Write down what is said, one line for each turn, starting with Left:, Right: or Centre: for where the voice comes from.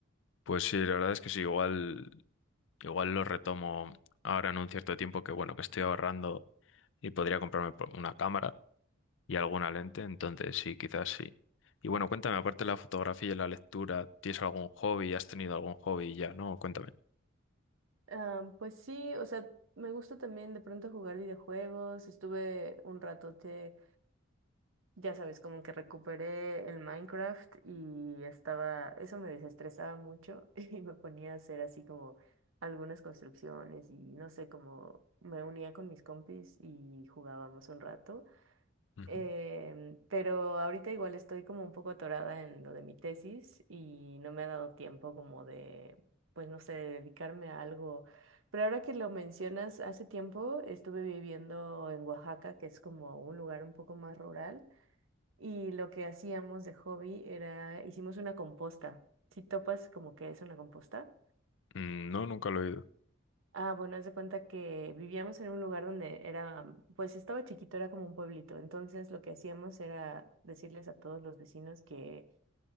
Left: Pues sí, la verdad es que sí, igual, igual lo retomo ahora en un cierto tiempo que bueno, que estoy ahorrando y podría comprarme pro- una cámara y alguna lente, entonces sí, quizás sí. Y bueno, cuéntame, aparte de la fotografía y la lectura, ¿tienes algún hobby? ¿Has tenido algún hobby ya? No, cuéntame.
Right: Ah, pues sí, o sea, me gusta también de pronto jugar videojuegos. Estuve un ratote, ya sabes, como que recuperé el Minecraft y estaba, eso me desestresaba mucho <laughs> y me ponía a hacer así como algunas construcciones y no sé, como me unía con mis compis y jugábamos un rato.
Left: Ujú.
Right: Em, pero ahorita igual estoy como un poco atorada en lo de mi tesis y no me ha dado tiempo como de, pues no sé, de dedicarme a algo. Pero ahora que lo mencionas, hace tiempo estuve viviendo en Oaxaca, que es como un lugar un poco más rural, y lo que hacíamos de hobby era, hicimos una composta. Si topas como que es una composta.
Left: Mm, No, nunca lo he oído.
Right: Ah, bueno, haz de cuenta que vivíamos en un lugar donde era, pues estaba chiquito, era como un pueblito. Entonces lo que hacíamos era decirles a todos los vecinos que